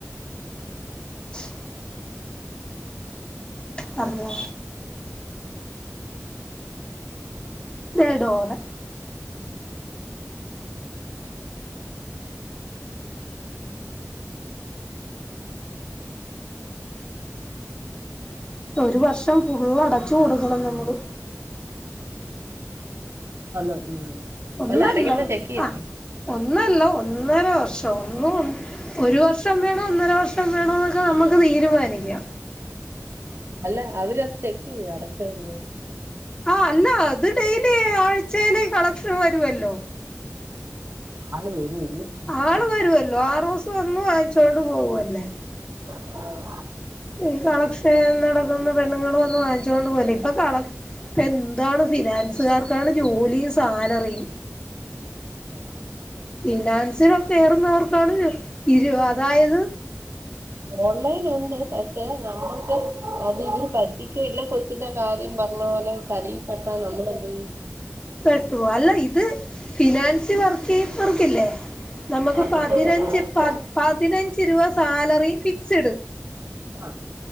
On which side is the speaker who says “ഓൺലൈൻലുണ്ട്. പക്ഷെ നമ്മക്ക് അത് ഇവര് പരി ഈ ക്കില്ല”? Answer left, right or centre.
Right